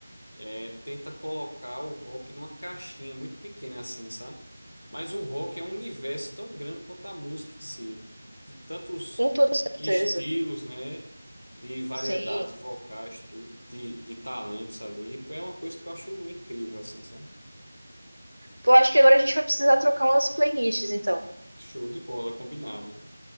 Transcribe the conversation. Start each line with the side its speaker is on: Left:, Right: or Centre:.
Left: é, tenta colocar o rock numa caixinha muito pequena assim, sabe? Mas o rock é um universo tão grande quanto a música em si, de tantos
Right: Com toda certeza.
Left: estilos, né? De variedades
Right: Sim.
Left: vocais, tudo, de, de talentos ali. É uma coisa que eu acho incrível, assim, sabe?
Right: Pô, acho que agora a gente vai precisar trocar umas playlists, então.
Left: Show de bola, combinado.